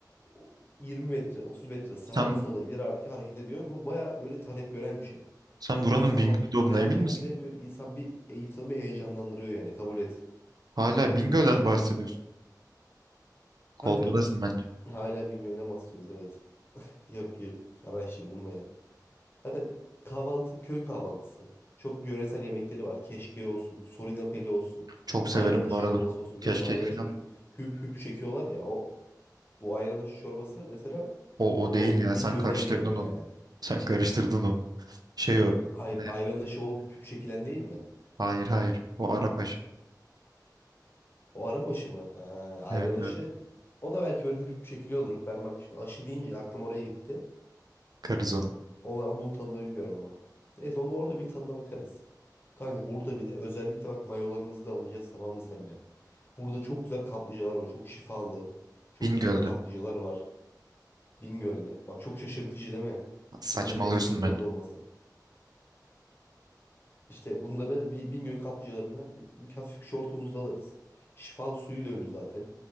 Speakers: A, on the left; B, on the right.
A: o 20 metre, 30 metre sağa
B: Sen
A: sola ileri arka hareket ediyor. Bu bayağı böyle talep gören bir şey.
B: sen buranın
A: Şu an
B: Bingöl'de
A: bak
B: olduğuna
A: derken
B: emin misin?
A: bile böyle insan bir eğitimi heyecanlandırıyor yani kabul et.
B: Hala
A: Eminim
B: Bingöl'den
A: eminim.
B: bahsediyorsun. Kolpadasın
A: Kanka
B: bence.
A: hala Bingöl'den bahsediyoruz evet. Yok yok araştırdım da ya. Zaten kahvaltı köy kahvaltısı. Çok yöresel yemekleri var. Keşke olsun, sorinapeli olsun,
B: Çok severim
A: ayran aşı
B: bu arada.
A: çorbası olsun. Biliyorsun
B: Keşkek
A: ayran
B: film.
A: aşı böyle hüp hüp çekiyorlar ya. O bu ayran aşı çorbası mesela
B: O o
A: o
B: değil ya
A: Bingöl'den
B: sen karıştırdın
A: geliyor yani.
B: onu. Sen karıştırdın onu. Şey o.
A: Ayr
B: Ne?
A: ayran aşı o hüp hüp çekilen değil mi?
B: Hayır hayır. O Arapaşı.
A: O Arap aşı mı? Ha, ayran
B: Evet
A: aşı.
B: evet.
A: O da belki böyle hafif bir şekilde olur. Ben bak şimdi aşı deyince aklım oraya gitti.
B: Karız onu.
A: Onu ama bunun tadını bilmiyorum ama. Neyse onda orada bir tadına bakarız. Kanka burada bir de özellikle bak mayolarımızı da alacağız tamam mı seninle? Burada çok güzel kaplıcalar var. Çok şifalı. Çok
B: Bingöl'dü.
A: güzel kaplıcalar var. Bingöl'de. Bak çok şaşırtıcı değil mi?
B: Saçmalıyorsun
A: Bunların hepsi Bingöl'de
B: beni.
A: olması. İşte bunları bir Bingöl kaplıcalarında bir, bir hafif şortumuzda alırız. Şifalı suyuyla ünlü zaten.